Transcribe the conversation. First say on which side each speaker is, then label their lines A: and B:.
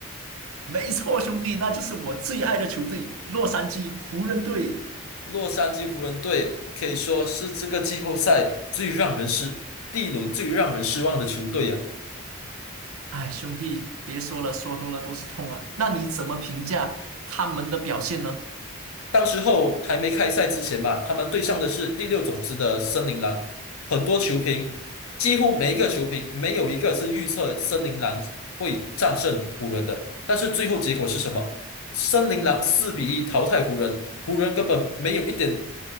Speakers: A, on the right (about 70°); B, on the left (about 70°).
A: 没错，兄弟，那就是我最爱的球队——洛杉矶湖人队。
B: 洛杉矶湖人队可以说是这个季后赛最让人失第一轮最让人失望的球队呀、
A: 哎，兄弟，别说了，说多了都是痛啊。那你怎么评价他们的表现呢？
B: 当时候还没开赛之前嘛，他们对上的是第六种子的森林狼，很多球评几乎每一个球评没有一个是预测森林狼会战胜湖人的，但是最后结果是什么？森林狼四比一淘汰湖人，湖人根本没有一点